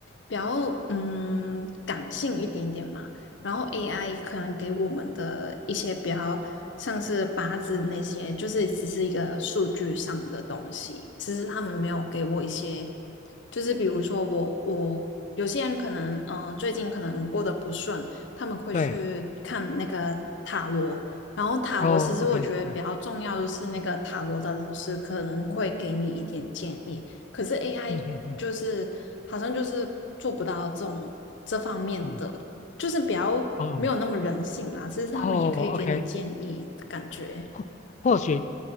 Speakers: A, on the left (about 65°); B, on the left (about 35°).
A: 比较嗯感性一点点嘛，然后 AI 可能给我们的一些比较像是八字那些，就是只是一个数据上的东西，只是他们没有给我一些，就是比如说我我有些人可能呃最近可能过得不顺，他们会去看那个塔罗。
B: 对，
A: 然后塔罗其实我觉得比较重要的是，
B: 哦，OK，嗯
A: 那个塔罗的老师可能会给你一点建议，可是 AI
B: 嗯嗯嗯。
A: 就是好像就是做不到这种这方面的就是比较没有那么人性啦，
B: 哦哦
A: 其实他们也可以给你建议的感觉。
B: 哦，OK，或或许